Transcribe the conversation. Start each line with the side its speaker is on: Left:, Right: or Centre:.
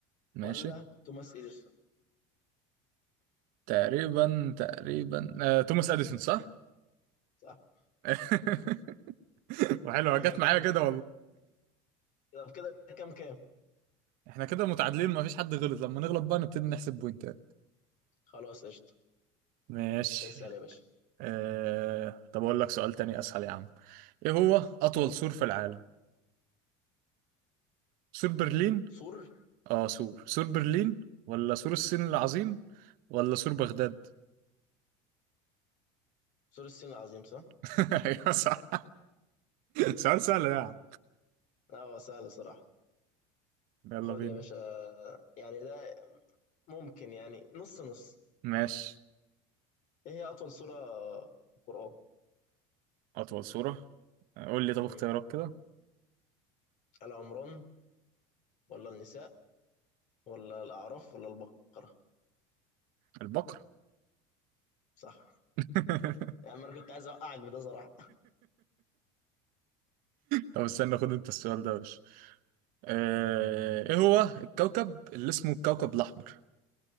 Right: ماشي
Left: ولا توماس اديسون
Right: تقريبا تقريبا آه، توماس اديسون صح
Left: صح
Right: <laughs> وحلوه
Left: لا
Right: جت
Left: انا كده
Right: معايا
Left: الدنيا
Right: كده
Left: كده كده كام كام
Right: احنا كده متعادلين مفيش حد غلط لما نغلط بقى نبتدي نحسب بوينتات
Left: خلاص قشطه
Right: ماشي
Left: اسال يا باشا
Right: اه... طب اقول لك سؤال تاني اسهل يا عم ايه هو اطول
Left: قول
Right: سور في العالم سور برلين
Left: سور
Right: اه سور سور برلين ولا سور الصين العظيم ولا سور بغداد
Left: سور الصين العظيم صح
Right: <laughs> ايوه صح سؤال سهل ده يا عم
Left: لا هو سهل صراحه
Right: يلا
Left: خد
Right: بينا
Left: يا باشا يعني ده ممكن يعني نص نص
Right: ماشي
Left: ايه هي اطول سورة في القرآن
Right: اطول سورة قول لي طب
Left: مم.
Right: اختيارات كده
Left: آل عمران ولا النساء ولا الاعراف ولا البقرة
Right: البقر
Left: صح
Right: <laughs>
Left: يعني انا كنت عايز اوقعك بده صراحة
Right: طب استنى خد انت السؤال ده يا باشا آه، ايه هو الكوكب اللي اسمه الكوكب الاحمر